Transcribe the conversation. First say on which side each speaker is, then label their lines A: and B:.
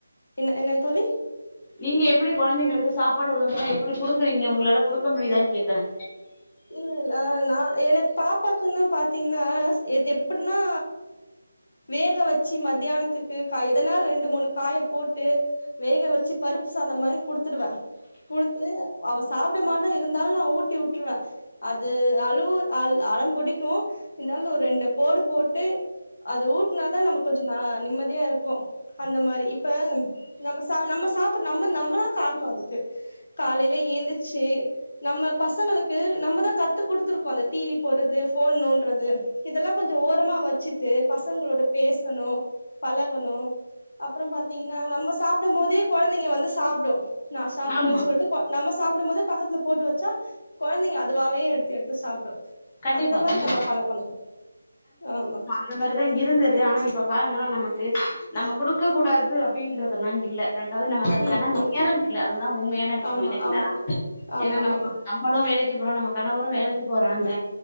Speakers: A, on the left (about 65°); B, on the left (about 20°).
A: என்ன என்னாயத்தோழி
B: நீங்க எப்டி கொழந்தைங்களுக்கு சாப்பாடு உள்ளவங்கங்களா எப்டி குடுக்குறீங்க உங்களால குடுக்க முடியுதான்னு கேக்குறே
A: இல்ல இல்ல நா எனக்கு பாப்பாக்குன்னா பார்த்தீங்கன்னா இது எப்டினா வேக வச்சு மத்தியானத்துக்கு எதனா ரெண்டு மூணு காய போட்டு வேக வச்சு பருப்பு சாதோ மாரி கொடுத்துடுவே கொடுத்து அவ சாப்பிட மாட்டா இருந்தாலு நா ஊட்டி உட் உட்ருவ அது அழு அ அடோ பிடிக்கு இருந்தாலு ஒரு ரெண்டு போடு போட்டு அது ஊட்டுனாதா நமக் கொஞ்சோ ந நிம்மதியா இருக்கு அந்த மாரி இப்ப நம்ம நம்ம சாப்பிட நம்ம நம்மதா காரணோ அது காலைல ஏந்துச்சு நம்ம பசங்களுக்கு நம்மதா கத்து கொடுத்துரு அந்த டிவி போட்றது ஃபோன் நோன்றது இதெல்லா கொஞ் இத ஓரமா வச்சிட்டு பசங்களோட பேசணு பழகணு அப்றோ பாத்திங்கனா நம்ம சாப்பிடு போதே குழந்தைங்க வந்து சாப்டு நா சாப்பட்றே
B: ஆமா
A: சொல்லிட்டு கொ நம்ம சாப்பிடு போது பக்கத்துல போட்டு வச்சா குழந்தைங்க அதுவாவே எடுத்து எடுத்து சாப்டு
B: கண்டிப்பா
A: அந்த மாரி
B: கண்டிப்பா
A: நம்ம பழக்கணு ஆமா
B: அந்த மாரிதா இருந்தது ஆனா இப்ப பாருங்கன்னா நமக்கு நம்ம குடுக்க கூடாது அப்டின்றதெல்லா இல்ல ரெண்டாவது நம்மக்கு அதுக்கான
A: ம் ம்
B: நேரம் இல்ல அதுதா உண்மையான விஷய
A: ஆமா
B: இல்லங்களா
A: ஆமா ஆமா
B: ஏன்னா நம்ம
A: ஆமா
B: நம்மளு வேலைக்கு போறோ நம்ம கணவரு வேலைக்கு போறாங்க